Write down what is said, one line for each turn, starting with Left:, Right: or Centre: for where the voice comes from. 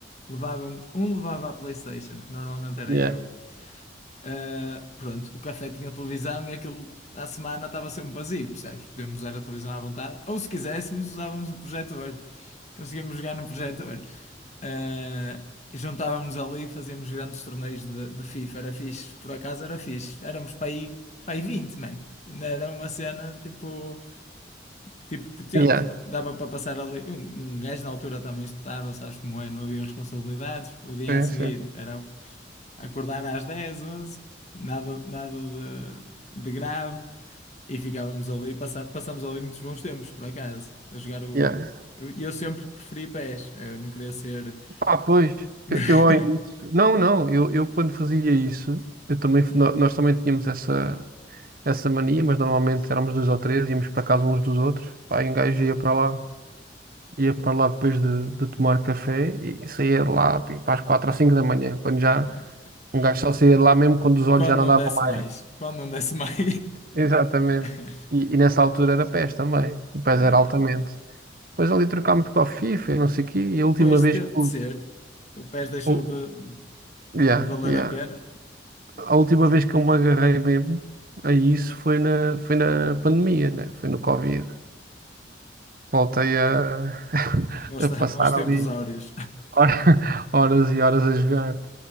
Left: levávamos, um levava a PlayStation, que normalmente era
Right: yeah,
Left: eu. Ah, pronto, o café tinha televisão e aquilo à semana estava sempre vazio, percebes? Podíamos usar a televisão à vontade, ou se quiséssemos, usávamos o projetor. Conseguíamos jogar no projetor. Ah, e juntávamos ali e fazíamos grandes torneios de, de FIFA. Era fixe, por acaso era fixe. Éramos para aí, para aí 20, mano. Ainda era uma cena tipo tipo, potente,
Right: yeah,
Left: dava para passar ali. Um, um gajo na altura também estudava, sabes como é, não havia responsabilidades. O dia
Right: sim,
Left: a seguir
Right: sim.
Left: era acordar às 10, 11, nada, nada de, de grave. E ficávamos ali, passa, passamos ali muitos bons tempos, por acaso, a jogar o.
Right: Yeah.
Left: Eu, eu sempre preferi pés, eu não queria ser.
Right: Ah, pois, eu,
Left: <laughs>
Right: eu ao início- não, não, eu, eu quando fazia isso, eu também, nó- nós também tínhamos essa, essa mania, mas normalmente éramos dois ou três, íamos para casa uns dos outros, pá, e um gajo ia para lá, ia para lá depois de, de tomar café e saía de lá tipo às quatro ou cinco da manhã, quando já,
Left: como é?
Right: Um gajo só saía de lá mesmo quando os olhos
Left: Quando
Right: já não
Left: não
Right: davam
Left: desse
Right: mais.
Left: mais, quando não desse mais.
Right: Exatamente.
Left: <laughs>
Right: E, e nessa altura era PES também. O PES
Left: Ai,
Right: era altamente. Depois ali trocámos para o FIFA e não sei o quê. E a última
Left: Pois
Right: vez
Left: teve
Right: que eu,
Left: de ser. O PES deixou
Right: o-
Left: de,
Right: yeah,
Left: de valer
Right: yeah.
Left: a pena
Right: A última vez que eu me agarrei mesmo a isso foi na, foi na pandemia, né? Foi no Covid. Voltei a, <laughs>
Left: aos,
Right: a passar
Left: aos
Right: ali
Left: tempos áureos.
Right: <laughs> hora- horas e horas a jogar.